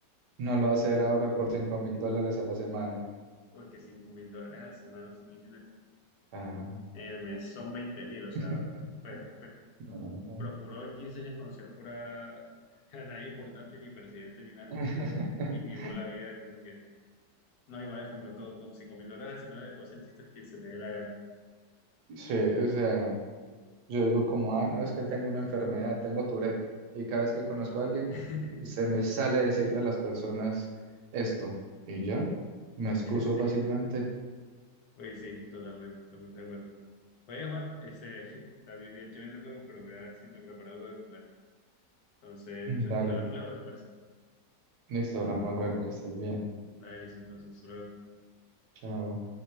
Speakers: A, on the right; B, on the left.
A: no lo va a hacer ahora por cinco mil dólares a la semana.
B: Porque cinco mil dólares a la semana, no sé, imagínate.
A: Ah.
B: El mes son veinte mil, o sea,
A: <laughs>
B: pues,
A: No.
B: Procuró en 15 años conocer pura <laughs> a nadie importante, ni presidente, ni nada,
A: <laughs>
B: y vivió la vida como que no igual con, con, con 5 mil dólares a la semana le puedo hacer chistes que se me dé la gana.
A: Sí, o sea. Yo digo como, ah, no, es que tengo una enfermedad, tengo Tourette. Y cada vez que conozco a alguien,
B: <laughs>
A: se me sale decirle a las personas esto. Y ya, me excuso
B: Sí,
A: fácilmente.
B: oye, sí, totalmente, totalmente de acuerdo. Oye, Juan, ese <laughs> está bien, bien chévere el juego, pero voy a ver si me preparo algo de comer. Entonces,
A: Mm,
B: no sé,
A: Dale,
B: hablamos luego, ¿te parece?
A: listo, hablamos luego, que estés bien.
B: Dale, listo, entonces, solo
A: Chao.